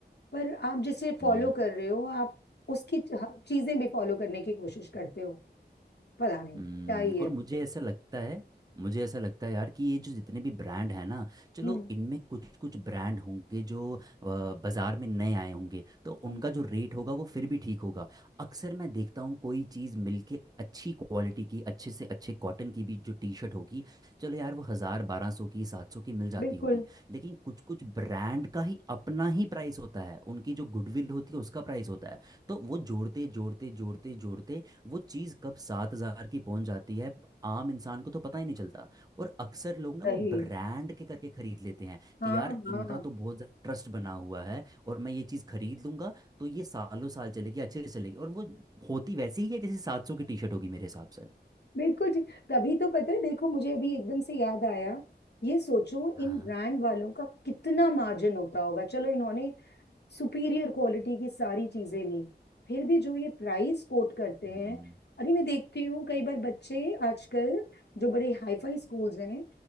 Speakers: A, on the left; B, on the right.
A: पर आप जिसे फॉलो
B: हम्म,
A: कर रहे हो आप उसकी च- चीजें भी फॉलो करने की कोशिश करते हो पता नहीं
B: हम्म,
A: क्या ही है
B: और मुझे ऐसा लगता है मुझे ऐसा लगता है यार कि ये जो जितने भी ब्रांड हैं ना चलो
A: हम्म
B: इनमें कुछ कुछ ब्रांड होंगे जो अ, बाजार में नए आए होंगे तो उनका
A: हम्म,
B: जो रेट होगा वो फिर भी ठीक होगा अक्सर मैं देखता हूँ कोई चीज़ मिलके अच्छी क्वालिटी की अच्छे से अच्छे कॉटन की भी जो टी शर्ट होगी चलो यार वो हज़ार बारह सौ की सात सौ की मिल जाती
A: बिल्कुल
B: होगी लेकिन कुछ कुछ ब्रांड का ही अपना ही प्राइस होता है उनकी जो गुडविल होती है उसका प्राइस होता है तो वो जोड़ते जोड़ते जोड़ते जोड़ते वो चीज़ कब सात हजार की पहुंच जाती है आम इंसान को तो पता ही नहीं चलता और अक्सर लोग ना
A: सही
B: वो ब्रांड के करके खरीद लेते हैं
A: हाँ
B: कि यार इनका
A: हाँ
B: तो बहुत ज़्यादा ट्रस्ट बना हुआ है और मैं ये चीज़ खरीद लूंगा तो ये सालों साल चलेगी अच्छे से चलेगी और वो होती वैसी ही है जैसे सात सौ की टी शर्ट होगी मेरे हिसाब से
A: बिल्कुल ठीक। तभी तो पता है देखो मुझे अभी एकदम से याद आया ये सोचो इन
B: हाँ
A: ब्रांड वालों का कितना मार्जिन होता होगा चलो इन्होंने सुपीरियर क्वालिटी की सारी चीजें ली फिर भी जो ये प्राइस कोट करते हैं
B: हम्म।
A: अरे मैं देखती हूँ कई बार बच्चे आजकल जो बड़े हाईफाई स्कूल्स हैं